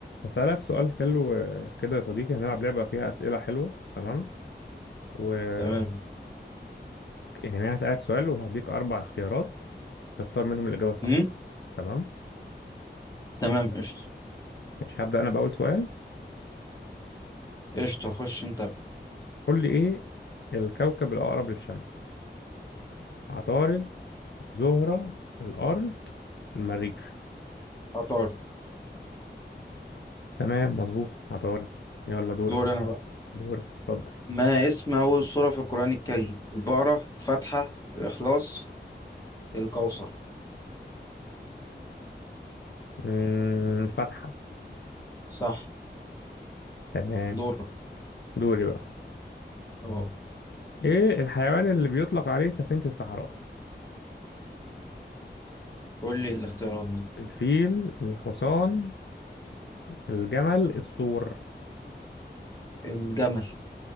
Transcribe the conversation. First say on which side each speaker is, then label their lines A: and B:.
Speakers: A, on the left (about 75°); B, on the left (about 20°).
A: هسألك سؤال حلو آه، كده يا صديقي هنلعب لعبة فيها أسئلة حلوة تمام وهديك
B: تمام
A: يعني أنا هسألك سؤال وهديك أربع اختيارات تختار منهم الإجابة الصحيحة
B: هم؟
A: تمام
B: تمام قشطة
A: مش هبدأ أنا بأول سؤال
B: قشطة خش انت
A: قول لي إيه الكوكب الأقرب للشمس عطارد زهرة الأرض المريخ
B: عطارد
A: تمام مظبوط عطارد يلا دورك
B: دور انا بقى
A: دورك اتفضل
B: ما اسم اول سورة في القرآن الكريم البقرة الفاتحة الاخلاص الكوثر
A: أمم، فتحة
B: صح
A: تمام
B: دورك
A: دوري بقى
B: اهو
A: إيه الحيوان اللي بيطلق عليه سفينة الصحراء
B: قول لي الاختيارات
A: الفيل الحصان الجمل السور
B: الجمل